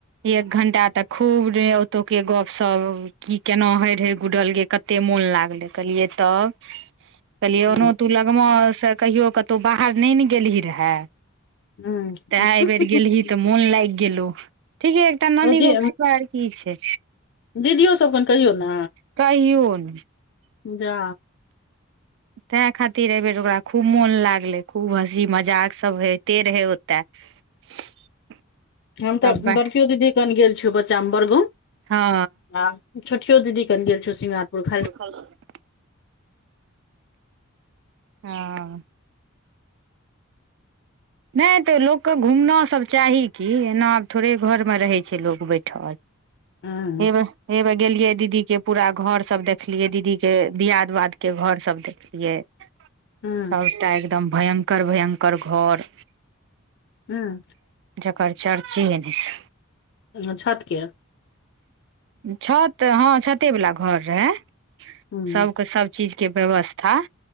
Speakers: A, on the right; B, on the left.
A: एक घण्टा तक खूब ओतौके गपशप की केना होइ रहै गुड़ल ग कते मोन लागलै कहलियै तब कहलियै ओना
B: हूँ
A: तू लगमा से कहियो कतहु बाहर नहि ने गेलही रहे
B: हूँ
A: तऽ एहि बेर गेलही तऽ मोन लाग गेलो ठीके तऽ नानी
B: ओ
A: गो
B: दी
A: के शिवाय की छै
B: दीदियो सब कन कहियौ ने
A: कहियो ने
B: जा
A: तैँ खातिर एहिबेर ओकरा खूब मोन लागलै खूब हँसी मजाकसभ होइते रहै ओते <inaudible>
B: हम
A: तब
B: तऽ बड़कियो दीदी कन गेल छिय बच्चामे बड़गो
A: हँ
B: आ छोठियो दीदी कनि गेल छौ सिङंगारपुर खाली
A: ख हँ नहि तऽ लोकके घुमनासभ चाही की एना आब थोड़े घरमे रहै छै लोक बैठल
B: हूँ
A: एब एबे गेलियै दीदीके पूरा घर सब देखलियै दीदीके दिआद वादके घर सब देखलियै
B: हूँ
A: सबटा एकदम भयंकर भयंकर घर
B: हँ
A: जकर चर्ची ए ने छै
B: न छत के
A: छत हँ छते वला घर रहै
B: हूँ
A: सबके सबचीजके व्यवस्था